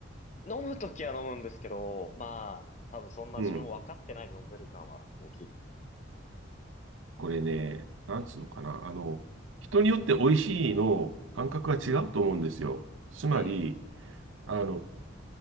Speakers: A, on the left (about 35°); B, on the right (about 80°).
A: 飲むときは飲むんですけど、まあ、多分そんな自分を分かってないで飲んでる感は大きいですね
B: うん。これね、なんつうのかな。あの、人によって美味しいの感覚が違うと思うんですよ。つまり、
A: え
B: あの、